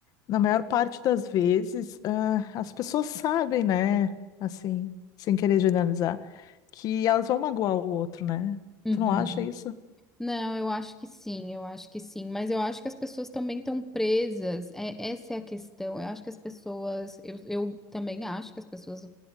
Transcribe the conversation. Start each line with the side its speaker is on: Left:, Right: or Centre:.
Left: na maior parte das vezes, ah, as pessoas sabem, né, assim, sem querer generalizar, que elas vão magoar o outro, né?
Centre: Uhum.
Left: Tu não acha isso?
Centre: Não, eu acho que sim, eu acho que sim, mas eu acho que as pessoas também estão presas, é, essa é a questão. Eu acho que as pessoas, eu, eu também acho que as pessoas